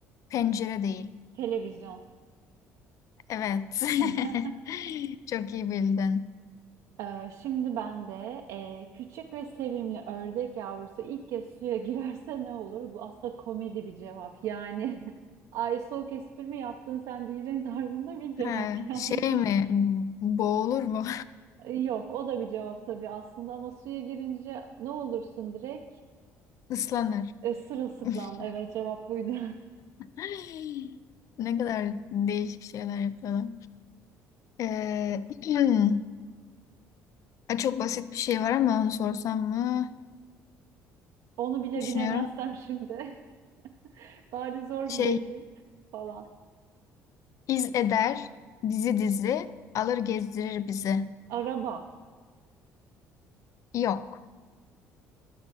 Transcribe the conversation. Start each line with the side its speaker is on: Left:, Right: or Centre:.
Left: pencere değil.
Right: Televizyon.
Left: Evet.
Right: <laughs>
Left: <laughs> Çok iyi bildin.
Right: Ee, şimdi ben de e, küçük ve sevimli ördek yavrusu ilk kez suya girerse ne olur? Bu aslında komedi bir cevap. Yani <laughs> ay soğuk espri mi yaptın sen diyeceğin tarzında bir cevap
Left: Ha,
Right: yani.
Left: şey mi?
Right: <laughs>
Left: Boğulur mu?
Right: Ee, Yok, o da bir cevap tabii aslında ama suya girince ne olursun direkt
Left: <laughs> Islanır.
Right: e, sırılsıklam.
Left: <laughs>
Right: Evet, cevap buydu.
Left: Ay, Ne kadar değişik şeyler yapıyorlar. Ee, <clears throat> ha, çok basit bir şey var ama onu sorsam mı?
Right: <laughs> Onu bile
Left: Düşünüyorum.
Right: bilemezsem şimdi <laughs> bari zor
Left: Şey,
Right: bilemeyeyim falan.
Left: iz eder, dizi dizi, alır gezdirir bizi.
Right: Araba,
Left: Yok.